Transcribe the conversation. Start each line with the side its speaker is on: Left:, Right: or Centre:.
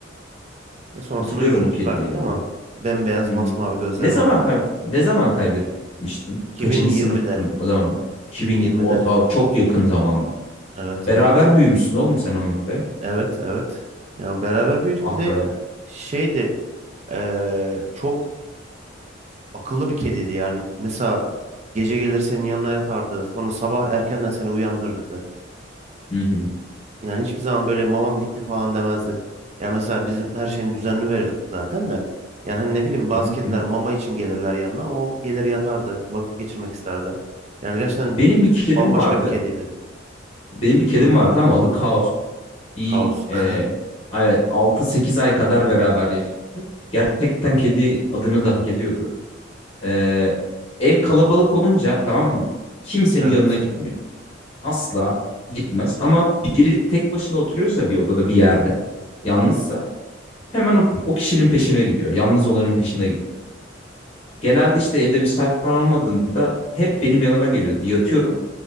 Right: Ve sonrasında
Left: Hatırlıyorum
Right: üzüldük
Left: o kediyi
Right: artık
Left: ya.
Right: ama bembeyaz
Left: Hmm.
Right: masmavi gözleri
Left: Ne zaman
Right: vardı.
Left: kay ne zaman kaybetmiştin?
Right: iki
Left: Kaçıncı
Right: bin yirmide,
Left: sınıftın o zamanlar?
Right: iki
Left: 2000
Right: bin yirmide,
Left: o ta çok yakın zamanda.
Right: Evet,
Left: Beraber
Right: evet.
Left: büyümüşsün oğlum sen o Ümit'le.
Right: Evet, evet. Yani beraber büyüdük.
Left: Ah
Right: Bir de
Left: be.
Right: şeydi eee, çok akıllı bir kediydi yani. Mesela gece gelir senin yanına yatardı. Sonra sabah erkenden seni uyandırırdı.
Left: Hı hı.
Right: Yani hiçbir zaman böyle mamam bitti falan demezdi. Yani mesela bizim her şeyini düzenli verirdik zaten de. Yani hani ne bileyim bazı
Left: Hı hı.
Right: kediler
Left: Hı hı.
Right: mama için gelirler yanına ama o gelir yatardı. Vakit geçirmek isterdi. Yani gerçekten
Left: Benim bir kedim
Right: Bambaşka
Left: vardı.
Right: bir kediydi.
Left: Benim bir kedim
Right: Hı hı.
Left: var tamam mı? Adı Kaos. Bir
Right: Kaos.
Left: e,
Right: <laughs>
Left: evet altı sekiz ay kadar beraber yaşadık. Gerçekten kedi adını da hak ediyordu. E, ev kalabalık olunca tamam mı? Kimsenin
Right: Evet.
Left: yanına gitmiyor. Asla gitmez. Ama biri tek başına oturuyorsa bir odada bir yerde yalnızsa
Right: Hı hı.
Left: hemen o, o kişinin peşine gidiyor. Yalnız olanın peşine gider. Genelde işte evde misafir falan olmadığında hep benim yanıma geliyordu. Yatıyorum.